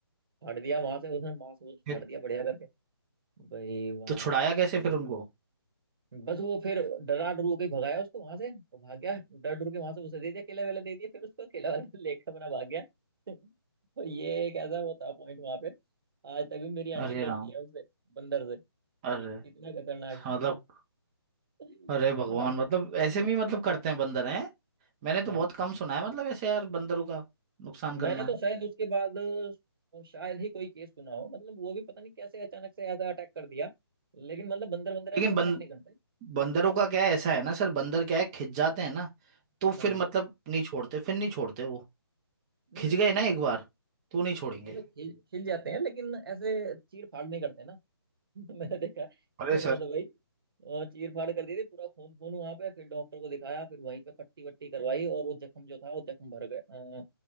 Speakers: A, on the right; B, on the right.
A: फाड़ दिया वहां से उसने मांस वूस
B: फिर
A: फाड़ दिया बढ़िया करके भाई वहाँ
B: तो छुड़ाया कैसे फिर उनको
A: बस वो फिर डरा डरू के भगाया उसको वहां से वो भाग गया डर डर के वहां से उसे दे दिया केला वेला दे दिया फिर उसको केला वाला <laughs> लेकर अपना भाग गया <laughs> तो ये एक ऐसा वो था पॉइंट वहां पे आज तक भी मेरी आंटी
B: अरे
A: डरती
B: राम
A: है उससे बंदर से
B: अरे
A: इतना खतरनाक
B: मतलब
A: था <laughs>
B: अरे भगवान
A: हाँ
B: मतलब ऐसे भी मतलब करते हैं बंदर हैं मैंने तो
A: हाँ
B: बहुत कम सुना है मतलब ऐसे यार बंदरों का नुकसान करना
A: मैंने तो शायद उसके बाद अ, शायद ही कोई केस सुना हो मतलब वो भी पता नहीं कैसे अचानक से ऐसा अटैक कर दिया लेकिन मतलब बंदर बंदर
B: लेकिन
A: ऐसे अटैक
B: बं,
A: नहीं करते
B: बंदरों का क्या है ऐसा है ना सर बंदर क्या है खिंच जाते हैं ना तो फिर
A: हाँ
B: मतलब नहीं छोड़ते फिर नहीं छोड़ते वो
A: नहीं
B: खिंच गए ना एक बार तो नहीं छोड़ेंगे
A: मतलब हिल हिल जाते हैं लेकिन ऐसे चीर फाड़ नहीं करते ना <laughs> मैंने देखा
B: अरे
A: उन्होंने तो भाई अ, चीर फाड़ कर दी थी पूरा खून खून वहां पे फिर डॉक्टर को दिखाया फिर वहीं पे पट्टी वट्टी करवाई और वो जख्म जो था वो जख्म भर गए अ,